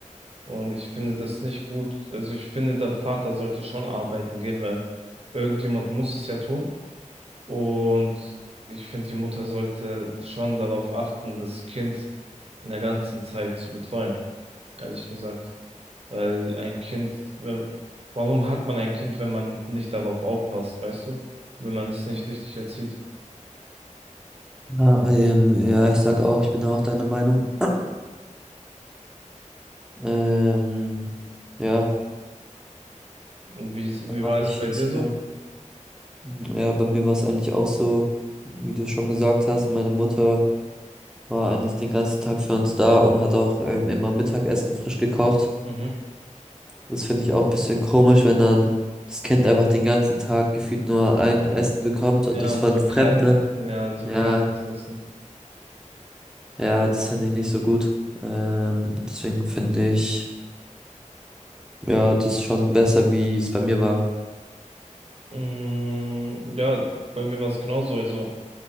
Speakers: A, on the right; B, in the centre.
A: Und ich finde das nicht gut. Also ich finde, der Vater sollte schon arbeiten gehen, weil irgendjemand muss es ja tun. Und ich finde, die Mutter sollte schon darauf achten, das Kind in der ganzen Zeit zu betreuen, ehrlich gesagt. Weil ein Kind, wenn, warum hat man ein Kind, wenn man nicht darauf aufpasst, weißt du? Wenn man es nicht richtig erzieht.
B: Ja, ähm, ja, ich sag auch, ich bin auch deiner Meinung. Ähm, ja,
A: Und wie ist, wie
B: was
A: war es
B: ich
A: bei
B: jetzt
A: dir
B: hier,
A: so?
B: ja, bei mir war es eigentlich auch so, wie du schon gesagt hast, meine Mutter war eigentlich den ganzen Tag für uns da und hat auch ähm, immer Mittagessen frisch gekocht.
A: Mhm.
B: Das finde ich auch ein bisschen komisch, wenn dann das Kind einfach den ganzen Tag gefühlt nur ein Essen
A: So,
B: bekommt
A: ja,
B: und das
A: und
B: von
A: so kalt,
B: Fremden. ne?
A: ja, und so kaltes
B: Ja,
A: Essen.
B: ja, das finde ich nicht so gut. Ähm, deswegen finde ich, ja, das schon besser, wie es bei mir war.
A: Mm, ja, bei mir war es genauso. Also,